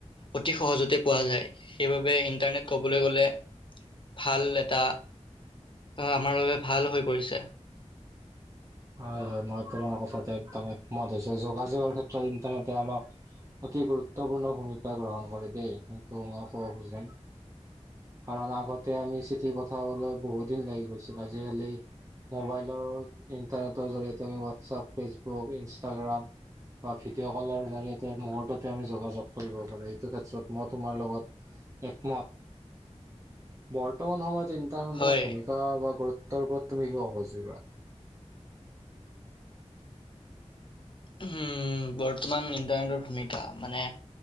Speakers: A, on the left (about 45°); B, on the right (about 25°).
A: অতি সহজতে পোৱা যায় সেইবাবে ইণ্টাৰনেট ক'বলৈ গ'লে ভাল এটা আমাৰ বাবে ভাল হৈ পৰিছে
B: হয় হয় মই তোাৰ কথা একম মতছো যোগাযোগৰ ক্ষেত্ৰত ইন্টাৰনেট আমাক অতি গুৰুত্বপূৰ্ণ ভূমিকা গ্ৰহণ কৰে দেই সেইটো মই কব খোা কাৰণ আগতে আমি চিঠি পঠাবলৈ বহুত দিন লাগি গৈছিল আজিকালি মোবাইলৰ ইণ্টাৰনেটৰ জৰিয়তে আমি হোৱাটছআপ ফেচবুক ইনষ্টাগ্ৰাম বা ভিডিঅ' কলৰ জৰিয়তে মুহূৰ্ততে আমি যোগাযোগ কৰিব পাৰো এইটো ক্ষেত্ৰত মই তোমাৰ লগত একমত বৰ্তমান সময়ত চিন্তানত
A: হয়
B: ভূমিকা বা গুৰুত্ব তাৰ ওপৰত তুমি কিয় হবচিবা
A: উম বৰ্তমান ইণ্টাৰনেটৰ ভূমিকা মানে